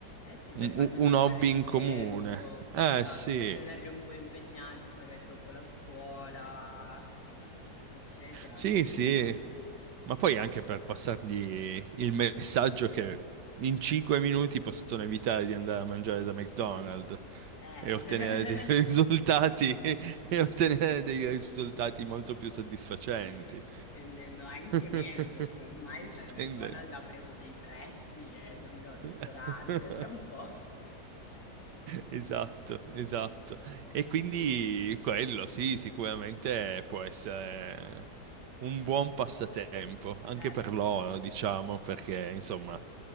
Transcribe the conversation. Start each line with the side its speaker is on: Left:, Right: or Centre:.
Left: Eh sì,
Right: un
Left: per fargli
Right: un- un
Left: passare
Right: hobby
Left: il
Right: in comune.
Left: tempo,
Right: Eh
Left: esatto,
Right: sì.
Left: per tenerli un po' impegnati magari dopo la scuola, eccetera,
Right: Sì,
Left: sì.
Right: sì, ma poi anche per passargli il messaggio che in cinque minuti possono evitare di andare a mangiare da McDonald's
Left: Eh,
Right: e ottenere dei <laughs> risultati, e ottenere dei risultati molto più soddisfacenti.
Left: <laughs> spendendo anche
Right: <laughs>
Left: meno perché ormai
Right: Spendendo.
Left: cioè, il McDonald's ha preso dei prezzi e sembra un ristorante
Right: <laughs>
Left: tra un po'.
Right: Esatto, esatto. E quindi quello, sì, sicuramente può essere un buon passatempo, anche
Left: Eh
Right: per
Left: beh,
Right: loro, diciamo, perché insomma,